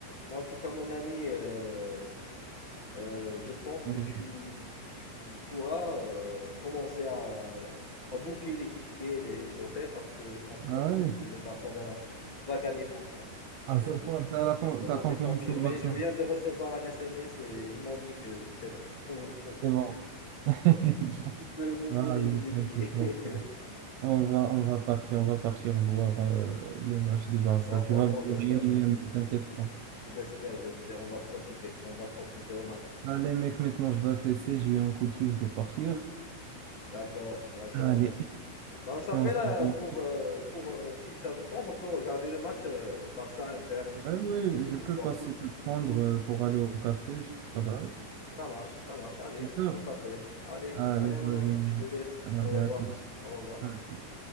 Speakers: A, on the left (about 30°); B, on the right (about 80°).
A: Bah, en tout cas, mon ami, euh, euh, je pense que
B: Ah ouais,
A: tu, que tu pourras euh, commencer à, à booker les tickets, les- l'hôtel, parce que franchement,
B: Ah
A: je pense
B: ouais.
A: que le Barça va, va gagner contre l'Inter.
B: à ce
A: C'est bon,
B: point, t'as la con-
A: c'est
B: t'as
A: bon,
B: confiance
A: c'est confirmé.
B: au Barça.
A: Je viens de recevoir un SMS et ils m'ont dit que c'est bon. <laughs>
B: C'est bon. <laughs>
A: Tu peux booker
B: Vas-y,
A: les, les
B: t'inquiète,
A: billets.
B: mon
A: <laughs>
B: frère. On va, on va partir, on va partir voir euh, le match du Barça.
A: Ouais,
B: Tu
A: franchement,
B: vas voir
A: j'espère
B: rien,
A: bien.
B: rien, mais t'inquiète pas.
A: J'espère, j'espère. On va profiter. On va profiter au max.
B: Allez, mec, maintenant je dois te laisser. J'ai eu un coup de fil, je dois partir.
A: D'accord, d'accord.
B: Allez,
A: Ben, on s'appelle
B: on se
A: euh,
B: voit.
A: pour, euh, pour euh, si ça se tente, on peut regarder le match euh, Barça-Inter
B: Ouais, ouais, je
A: ensemble.
B: peux passer te prendre euh, pour aller au café, C'est pas grave.
A: Ça marche, ça marche. Allez,
B: D'accord.
A: on s'appelle. Allez,
B: Allez,
A: allez, mon
B: vas-y.
A: ami, je te laisse.
B: Allez,
A: Au revoir.
B: à toutes.
A: Au revoir.
B: À toutes.